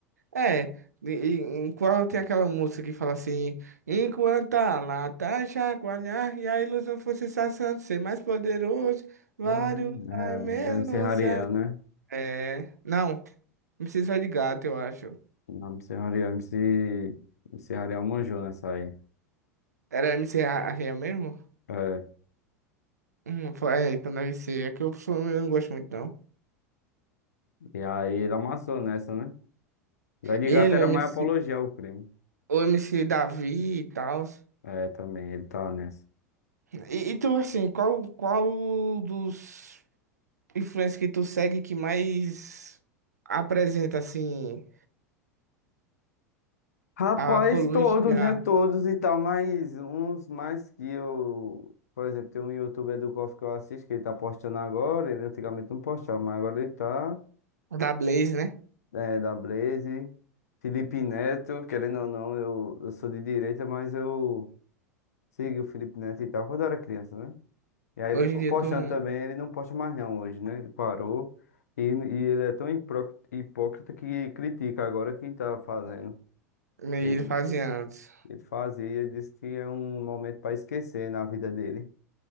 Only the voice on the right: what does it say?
É, e, e, em qual tem aquela música que fala assim, enquanto a lata chacoalhar e a ilusão for se de ser mais poderoso, vários
vai mesmo
se... a-
É, não, MC Zé de Gato, eu acho.
Era MC Ariel mesmo?
Hum, foi, é, então deve ser, é que eu, sou- eu não gosto muito não.
Ele,
o MC,
o MC Davi e tal.
E, e tu, assim, qual, qual dos... influência que tu segue que mais apresenta, assim,
a apologia
da Blaze, né?
Hoje
em dia
tu não...
meio
ele fazia antes.